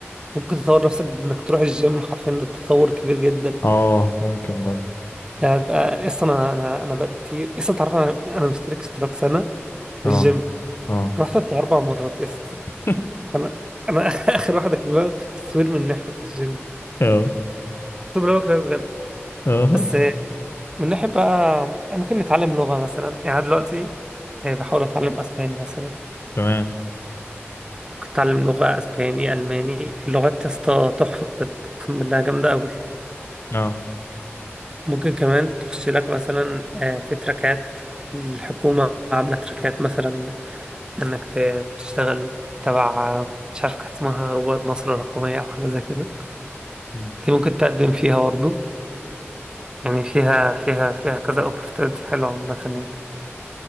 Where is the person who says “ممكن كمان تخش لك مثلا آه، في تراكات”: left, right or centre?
Right